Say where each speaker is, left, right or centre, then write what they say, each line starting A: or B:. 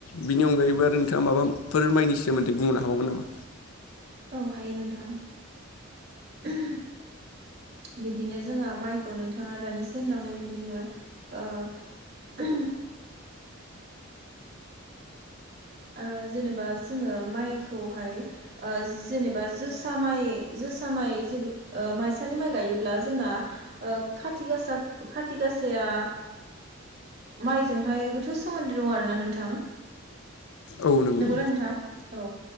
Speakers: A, on the left; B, on the right.
A: बिनि अनगायैबो आरो नोंथाङा माबाफोर मायनि सोमोन्दै बुंनो हाबावगोन नामा
B: औ हायो नोंथां <inaudible> बिदिनो जोंहा माइखौ नोंथाङा दानिसो दोनलांनाय बायदिनो ओ जेनेबा जोङो माइखौहाय ओ जेनेबा जोसा माइ जोसा माइ जे माइसालि माइ गायोब्ला जोंना ओ खाथि गासा खाथि गाासाया माइजोंहाय गोथौ सोमोन्दो दं आरोना नोंथां।
A: औ नंगौ
B: नोंगौना नोंथां औ